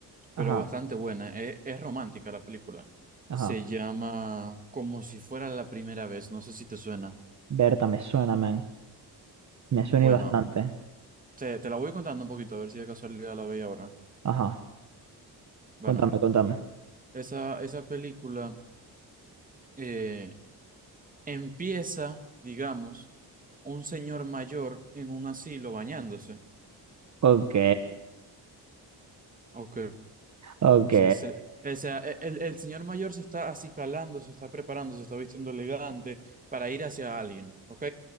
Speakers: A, on the right; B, on the right.
A: Ajá,
B: pero bastante buena. Es, es romántica la película.
A: ajá.
B: Se llama Como si fuera la primera vez. No sé si te suena.
A: Berta, me suena, man. Me suena
B: Bueno,
A: y bastante.
B: te, te la voy contando un poquito, a ver si de casualidad la veis ahora.
A: Ajá,
B: Bueno,
A: contame,
B: mira,
A: contame.
B: esa, esa película eh, empieza, digamos, un señor mayor en un asilo bañándose.
A: Ok,
B: Ok.
A: ok,
B: Se- se- o sea, e- el, el señor mayor se está acicalando, se está preparando, se está vistiendo elegante para ir hacia alguien, ¿ok?